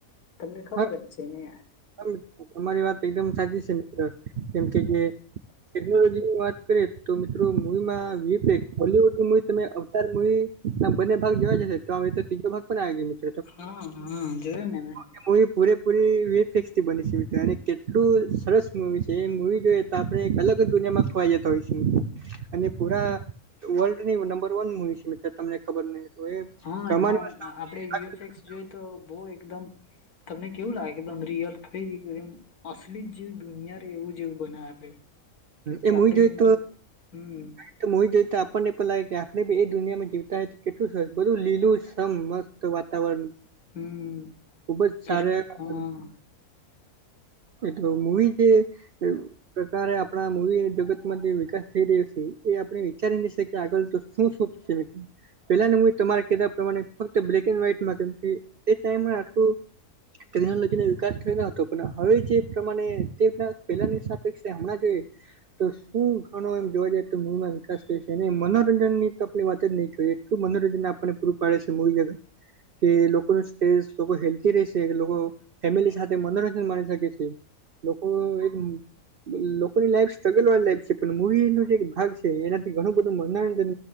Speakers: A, on the left; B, on the right.
A: તમને ખબર
B: હ
A: જ છે ને
B: સારું છે અમારી વાત એકદમ સાચી છે મિત્ર કેમ કે જે ટેકનોલોજીની વાત કરીએ તો મિત્રો મૂવીમાં વીઈપેક હોલીવુડની તમે અવતાર મુવીના બંને ભાગ જોવાય જશે તો અવે તો ત્રીજો ભાગ પણ આવી ગયો મિત્ર.
A: હા હા જોયું ને મેં.
B: એ મૂવી પૂરેપૂરી વી એ ફેક્સ થી બની છે મિત્ર અને કેટલું સરસ મૂવી છે એ મૂવી જોએ તા આપણે એક અલગ જ દુનિયામાં ખોવાઈ જતાં હોય છે. અને પુરા વર્લ્ડની નંબર વન મુવી છે મિત્ર. તમને ખબર નહીં હતું એ તો એ
A: હા
B: કમાની
A: એમાં
B: વાત <unintelligible>
A: આપડે વીએફએક્સ જોઈ તો બહુ એકદમ તમને કેવું લાગે એકદમ રિયલ ફ્રી એમ અસલી જેવું દુનિયા રે એવું જેવું બનાય આપે. કેમ કે
B: એ
A: આપડે
B: મૂવી જોઈ
A: એમ જો હમ્મ.
B: તો મૂવી જોઈએ તો આપણને પણ લાગે કે આપણે બી એ દુનિયામાં જીવતાં હોય તો કેટલું સર બધું લીલું સમ મસ્ત. તો વાતાવરણ
A: હમ
B: ખુબ જ સારું
A: કેટલું હા
B: એમ પઈ તો મૂવી જે પ્રકારે આપ આપણા મૂવી જગતમાં જે વિકાસ થઈ રહ્યો શે એ આપણે વિચારી ની શકીએ આગળ તો શું શું થશે મિત્ર. પેલા મૂવી તમારે કીધા પ્રમાણે ફક્ત બ્લેક એન્ડ વ્હાઈટમાં કેમકે એ ટાઈમે આટલું ટેકનોલોજીનો વિકાસ થયો ન હતો પણ હવે જે પ્રમાણે તે પહેલાની શાપેક્ષે હમણાં જે તો શું ઘણો એમ જોવા જાયે તો મૂવીમાં વિકાસ થયો છે અને મનોરંજનની તો આપણે વાત જ નહીં કરીએ. શું મનોરંજન આપણને પૂરું પાડે છે મૂવી જગત. કે લોકોનું સ્ટેસ લોકો હેલ્ધી રે છે કે લોકો ફેમિલી સાથે મનોરંજન માની શકે છે લોકો એક- ની લાઈફ સ્ટ્રગલ વાળી લાઈફ છે પણ મુવી નું જે ભાગ છે એનાથી ઘણું બધું મનોરંજન